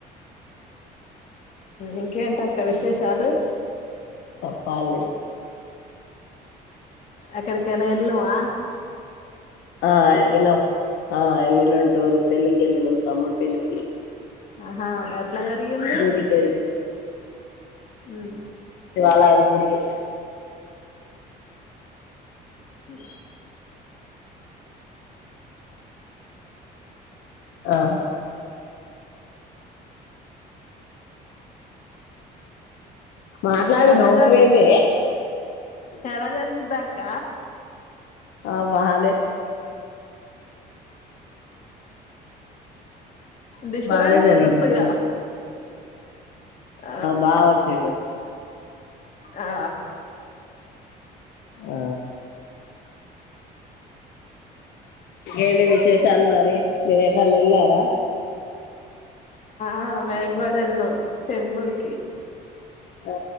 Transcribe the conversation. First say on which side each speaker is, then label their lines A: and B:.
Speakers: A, on the left; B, on the left.
A: ఇంకేంటక్క విశేషాలు
B: చెప్పాలి
A: అక్కడ కెనైలుమా
B: ఆ ఎళ్లినం ఆ ఎలి న ఉంటూరు పళ్లికి ఎలి నం తమ్డు పళ్లికి
A: ఆహా ఎట్లా జరిగింది
B: గుడికి వెళ్ళినాం
A: హ్మ్
B: శివాల అది గుడిక
A: ఉ
B: ఆ మాట్లాడు
A: ఎలా
B: నవుతువ
A: జరిగి
B: అదే
A: ఎలా జరిగద్దా అక్క
B: ఆ మహనే
A: డిస్టబన్స్
B: బానే జరిగింది
A: కొందగా
B: పెళ్ళి
A: ఆ
B: బావ వచ్చిండు
A: ఆ
B: ఆ ఏ విశేష అల్మరి మీిరేటాల ఎళార
A: ఆ మేంగోడ ఎల టెంపుల్కి
B: ఆ